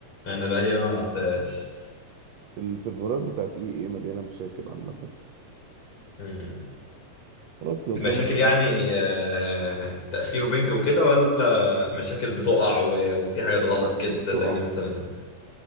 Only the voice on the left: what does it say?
أنا بقالي ما لعبتهاش
مم.
مشاكل
يعني آه، تأخير وبنج وكده ولا مشاكل بتقع و- وفي حاجات غلط
كده
زي مثلا